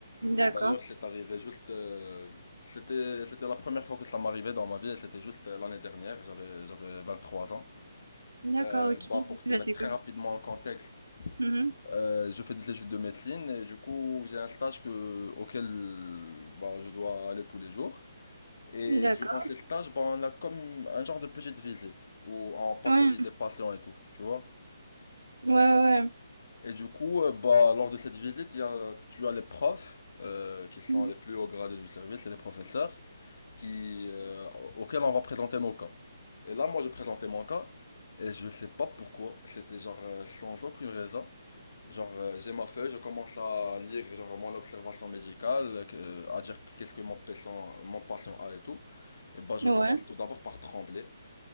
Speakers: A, on the right; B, on the left.
A: D'accord.
B: Et d'ailleurs, c'est arrivé juste, euh, c'était, c'était la première fois que ça m'arrivait dans ma vie, et c'était juste euh, l'année dernière, j'avais, j'avais 23 ans.
A: D'accord,
B: Euh,
A: ok.
B: bah, pour
A: Bah,
B: te mettre
A: c'est
B: très
A: cool.
B: rapidement en contexte,
A: Mhm.
B: euh, je fais des études de médecine, et du coup, j'ai un stage que, auquel, bah, je dois aller tous les jours. Et
A: D'accord.
B: durant ces stages, bah, on a comme un genre de petite visite où on passe
A: Ouais.
B: au lit des patients et tout, tu vois.
A: Ouais, ouais.
B: Et du coup, euh, bah, lors de cette visite, il y a, tu as les profs euh, qui sont
A: Mhm.
B: les plus hauts gradés du service et les professeurs qui, euh, auxquels on va présenter nos cas. Et là, moi, je présentais mon cas et je sais pas pourquoi, c'était genre euh, sans aucune raison. Genre, euh, j'ai ma feuille, je commence à lire genre, mon observation médicale, que- euh, à dire qu'est-ce que mon patient, mon patient a et tout. Et bah, je
A: Ouais.
B: commence tout d'abord par trembler.